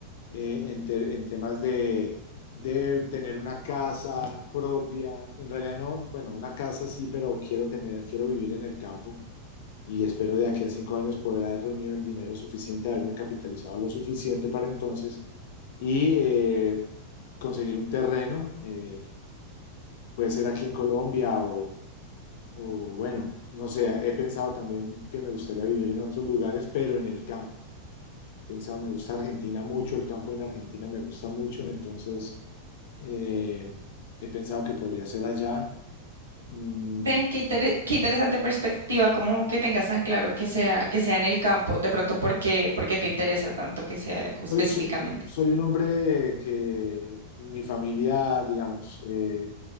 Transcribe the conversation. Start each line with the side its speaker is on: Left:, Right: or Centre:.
Left: eh, en, te- en temas de, de tener una casa propia. En realidad no, bueno, una casa sí, pero quiero tener, quiero vivir en el campo. Y espero de aquí a cinco años poder haber reunido el dinero suficiente, haberme capitalizado lo suficiente para entonces y eh, conseguir un terreno, eh, puede ser aquí en Colombia o, o bueno, no sé, he pensado también que me gustaría vivir en otros lugares, pero en el campo. He pensado, me gusta Argentina mucho, el campo en Argentina me gusta mucho, entonces eh, he pensado que podría ser allá. Mm,
Right: Ven, qué, intere- qué interesante perspectiva, como que tengas tan claro que sea, que sea en el campo, de pronto, ¿por qué, por qué te interesa tanto que sea como específicamente?
Left: soy, soy- soy un hombre que mi familia, digamos, eh,